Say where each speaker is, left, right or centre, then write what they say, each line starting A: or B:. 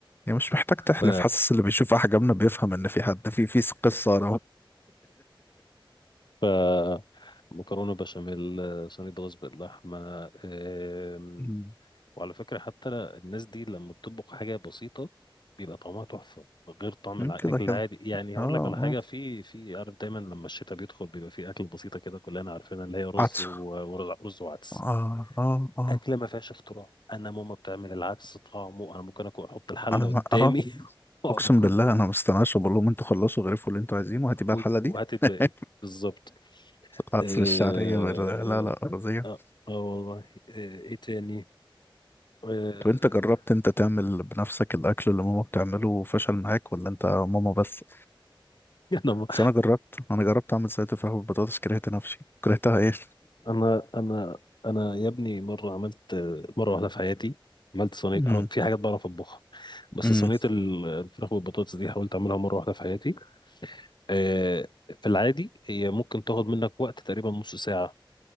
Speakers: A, on the left; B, on the left.
A: يعني مش محتاج تحلف
B: ف
A: حاسس اللي بيشوف احجامنا بيفهم ان في حد في في قصة
B: ف مكرونه بشاميل آه، صينيه بطاطس باللحمه أم،
A: مم.
B: وعلى فكره حتى الناس دي لما بتطبخ حاجه بسيطه بيبقى طعمها تحفه غير طعم
A: مم،
B: الاكل
A: كده كده
B: العادي يعني هقول
A: اه
B: لك على حاجه
A: اه
B: في في عارف دايما لما الشتاء بيدخل بيبقى في اكل بسيطه كده كلنا عارفينها اللي هي رز
A: عطس
B: و- ورز وعدس
A: اه اه اه
B: اكله ما فيهاش اختراع انا ماما بتعمل العدس طعمه انا ممكن اكل احط الحله
A: انا
B: قدامي
A: ما اه
B: <laughs> واقعد
A: اقسم
B: اكل
A: بالله
B: منه
A: انا ما استناش وبقول لهم انتوا خلصوا غرفوا اللي انتوا عايزينه هاتي بقى
B: وال-
A: الحله دي
B: وهات الباقي
A: <laughs>
B: بالظبط
A: العدس
B: اه
A: الشعريه بال- لا لا ارضيه
B: اه آه والله آه، ايه تاني آه،
A: طب انت جربت انت تعمل بنفسك الاكل اللي ماما بتعمله وفشل معاك ولا انت ماما بس
B: <laughs> انا
A: بس انا جربت انا جربت اعمل سلطه فراخ بالبطاطس كرهت نفسي كرهتها ايه
B: انا انا انا يا ابني مره عملت مره واحده في حياتي عملت
A: <laughs>
B: صينيه
A: امم
B: انا في حاجات بعرف اطبخها بس
A: امم
B: صينيه ال- الفراخ والبطاطس دي حاولت اعملها مره واحده في حياتي آه، في العادي هي ممكن تاخد منك وقت تقريبا نص ساعه